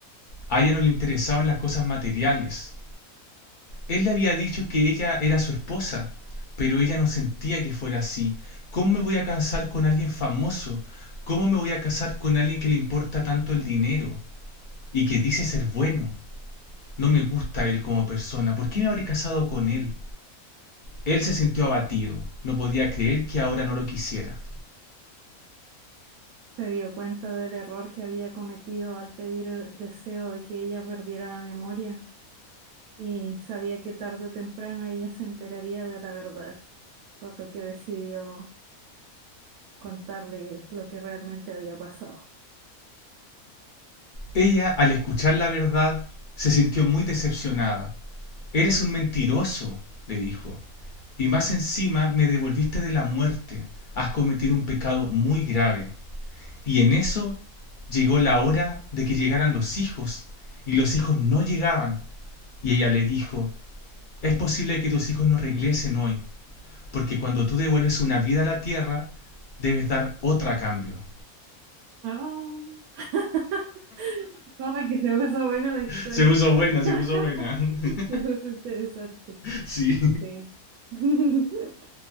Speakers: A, on the left (about 55°); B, on the right (about 85°).
A: a ella no le interesaban las cosas materiales. Él le había dicho que ella era su esposa, pero ella no sentía que fuera así. ¿Cómo me voy a casar con alguien famoso? ¿Cómo me voy a casar con alguien que le importa tanto el dinero y que dice ser bueno? No me gusta él como persona. ¿Por qué me habré casado con él? Él se sintió abatido. No podía creer que ahora no lo quisiera.
B: Se dio cuenta del error que había cometido al pedir el deseo de que ella perdiera la memoria y sabía que tarde o temprano ella se enteraría de la verdad, por lo que decidió contarle lo que realmente había pasado.
A: Ella, al escuchar la verdad, se sintió muy decepcionada. Eres un mentiroso, le dijo. Y más encima me devolviste de la muerte. Has cometido un pecado muy grave. Y en eso llegó la hora de que llegaran los hijos. Y los hijos no llegaban. Y ella le dijo, es posible que tus hijos no regresen hoy. Porque cuando tú devuelves una vida a la tierra, debes dar otra a cambio.
B: Ah, <laughs> como que se puso buena la
A: <laughs>
B: historia.
A: Se puso buena, se
B: <laughs>
A: puso buena. <laughs>
B: Es interesante,
A: Sí.
B: sí. <laughs>